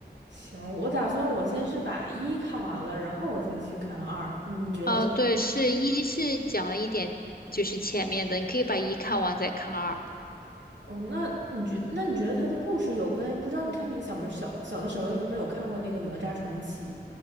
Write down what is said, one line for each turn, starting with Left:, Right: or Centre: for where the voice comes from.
Right: 行，我打算我先是把一看完了，然后我再去看二，你觉得是
Left: 嗯，对，是一是讲了一点，就是前面的，你可以把一看完再看二。
Right: 哦，那你觉那你觉得他的故事有跟不知道你看没小没小小的时候有没有看过那个《哪吒传奇》，